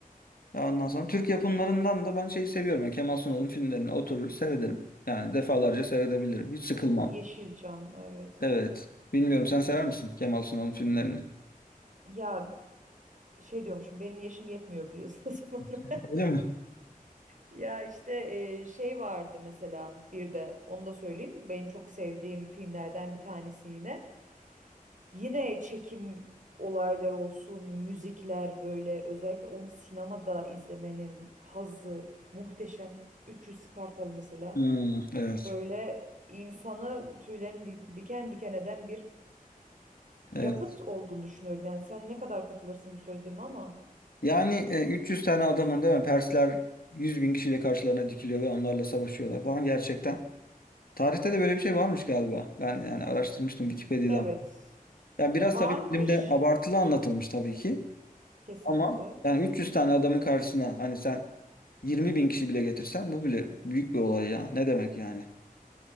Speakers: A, on the left; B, on the right.
A: Ondan sonra Türk yapımlarından da ben şeyi seviyorum. Yani Kemal Sunal'ın filmlerini oturur seyrederim. Yani defalarca seyredebilirim. Hiç sıkılmam.
B: Yeşilçam evet.
A: Evet. Bilmiyorum sen sever misin Kemal Sunal'ın filmlerini?
B: Ya şey diyormuşum benim yaşım yetmiyor biliyorsun <laughs> o zaman.
A: <laughs> Öyle mi?
B: Ya işte e, şey vardı mesela bir de onu da söyleyeyim. Benim çok sevdiğim filmlerden bir tanesi yine. Yine çekim olaylar olsun, müzikler böyle özellikle onu sinemada izlemenin hazzı muhteşem. üç yüz Spartalı mesela.
A: Hmm, evet.
B: böyle insanı tüylerini di- diken diken eden bir yapıt
A: Evet.
B: olduğunu düşünüyorum. Yani sen ne kadar katılırsın bu söylediğime ama.
A: Yani e, 300 tane adamın değil mi? Persler 100 bin kişiyle karşılarına dikiliyor ve onlarla savaşıyorlar falan gerçekten. Tarihte de böyle bir şey varmış galiba. Ben yani araştırmıştım Wikipedia'dan.
B: Evet.
A: Ya biraz
B: Varmış
A: tabii filmde abartılı anlatılmış tabii ki.
B: kesinlikle.
A: Ama yani 300 tane adamın karşısına hani sen 20 bin kişi bile getirsen bu bile büyük bir olay ya. Ne demek yani?